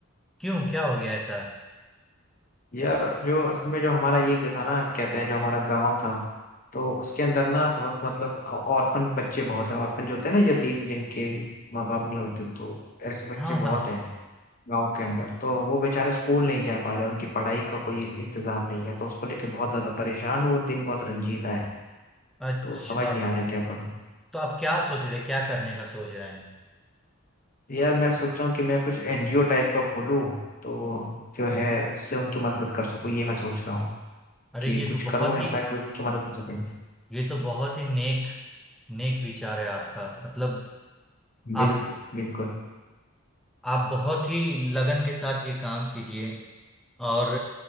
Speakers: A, in the centre; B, on the left (about 40°).
A: क्यों क्या हो गया ऐसा
B: यार जो असल में जो हमारा ये था ना कहते हैं जो हमारा गांव था तो उसके अंदर ना बहुत मतलब ऑर्फन बच्चे बहुत हैं ऑर्फन जो होते हैं ना यतीम जिनके माँ बाप नहीं होते तो ऐसे बच्चे
A: हाँ हाँ
B: बहुत हैं गांव के अंदर तो वो बेचारे स्कूल नहीं जा पा रहे उनकी पढ़ाई का कोई इंतजाम नहीं है तो उसको लेके बहुत ज्यादा परेशान हूँ और दिल बहुत रंजीदा है
A: अच्छा
B: तो समझ नहीं आ रहा है क्या करूँ
A: तो आप क्या सोच रहे क्या करने का सोच रहे हैं
B: यार मैं सोच रहा हूँ कि मैं कुछ एनजीओ टाइप का खोलूँ तो जो है उससे उनकी मदद कर सकूँ ये मैं सोच रहा हूँ
A: अरे
B: कि
A: ये
B: कुछ
A: तो बहुत
B: करूँ ऐसा
A: ही
B: कि उनकी मदद कर सकूँ
A: ये तो बहुत ही नेक नेक विचार है आपका मतलब
B: बिल्कुल
A: आप
B: बिल्कुल
A: आप बहुत ही लगन के साथ ये काम कीजिए और